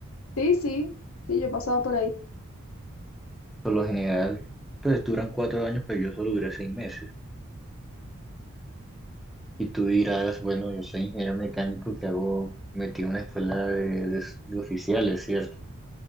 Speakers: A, on the left (about 75°); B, in the centre.
A: Sí, sí, sí, yo he pasado por ahí.
B: Por lo general, pues duran cuatro años, pero yo solo duré seis meses. Y tú dirás, bueno, yo soy ingeniero mecánico que hago, metí una escuela de, de- de oficiales, ¿cierto?